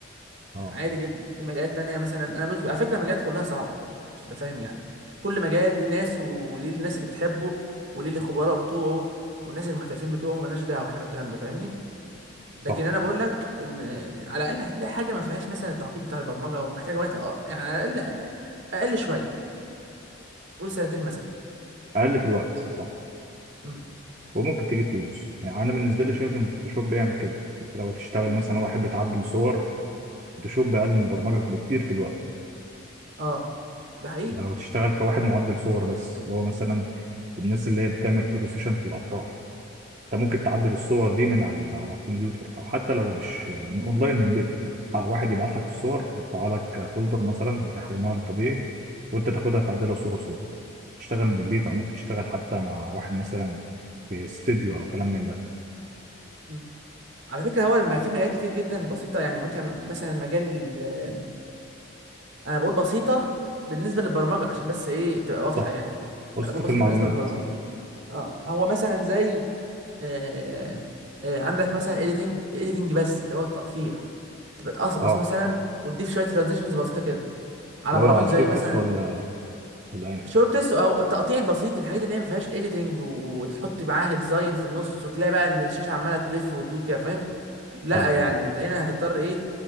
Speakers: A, on the right; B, on the right.
A: اه
B: عادي جدا في مجالات تانية مثلا انا مش على فكره مجالات كلها صعبه مش تبقى فاهم يعني كل مجال ليه ناس وليه الناس اللي بتحبه وليه الخبراء بتوعه والناس المحترفين بتوعه ملناش دعوه احنا بالكلام ده فاهمني لكن
A: صح
B: انا بقول لك ان على الاقل هتلاقي حاجه ما فيهاش مثلا التعقيد بتاع البرمجه ومحتاجه وقت اه يعني على الاقل اقل شويه قول سنتين مثلا
A: اقل في الوقت صح
B: امم
A: وممكن تجيب فلوس يعني انا بالنسبه لي شايف ان الفوتوشوب بيعمل كده انت لو تشتغل مثلا واحد بتعدل صور فوتوشوب اقل من البرمجه بكتير في الوقت
B: اه ده حقيقي
A: لو هتشتغل كواحد معدل صور بس اللي هو مثلا الناس اللي هي بتعمل فوتو سيشن في الافراح انت ممكن تعدل الصور دي من على على الكمبيوتر او حتى لو مش من اونلاين من بيتك واحد يبعت لك الصور يرفع لك فولدر مثلا بحجمها الطبيعي وانت تاخدها تعدلها صوره صوره تشتغل من البيت او ممكن تشتغل حتى مع واحد مثلا في استوديو او كلام من ده
B: مم. على فكره هو لما في مجالات كتير جدا بسيطه يعني ممكن مثلا مجال ال- انا بقول بسيطه بالنسبه للبرمجه عشان بس ايه تبقى واضحه
A: صح
B: يعني
A: بص
B: انا
A: انت
B: بقول
A: في
B: بسيطه
A: المعلومات
B: بالنسبه للبرمجه اه هو مثلا زي آه آه عندك مثلا اديتنج اديتنج بس اللي هو التقطيع تبقى تقصقص
A: اه
B: مثلا وتضيف شويه ترانزيشنز بسيطه كده على
A: لو
B: برامج
A: على
B: زي
A: الشورتس
B: مثلا
A: ولا ولا ايه
B: شورتس او التقطيع البسيط الحاجات اللي هي ما فيهاش اديتنج وتحط معاها ديزاين في النص وتلاقي بقى ان الشاشه عماله تلف وتدور كده فاهم لا
A: اه تمام
B: يعني انت هنا هتضطر ايه